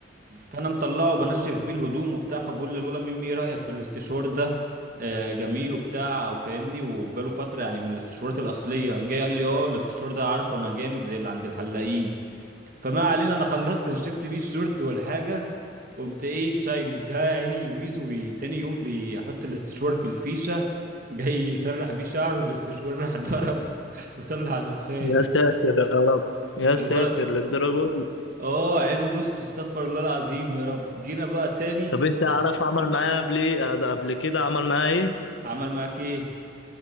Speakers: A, on the right (about 45°); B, on the left (about 70°).
A: فانا مطلعه بنشف بيه الهدوم وبتاع فبقول للولا ميمي ايه رايك في الاستشوار ده آه، جميل وبتاع وفاهمني وبقاله فتره يعني من الاستشوارات الاصليه قام جاي قال لي اه الاستشوار ده عارفه انا جامد زي اللي عند الحلاقين فما علينا انا خلصت <laughs> شفت بيه الشورت والحاجه قمت ايه شايله جه عيني ويزو بي- تاني يوم بيحط الاستشوار في الفيشه جاي يسرح بيه شعره الاستشوار راح ضرب <laughs> وطلع دخان
B: يا ساتر يا رب يا
A: الولد
B: ساتر للدرجه دي
A: اه عينه بص استغفر الله العظيم يا رب جينا بقى تاني
B: طب انت عارف عمل معايا قبل ايه ده قبل كده عمل معايا ايه
A: عمل معاك ايه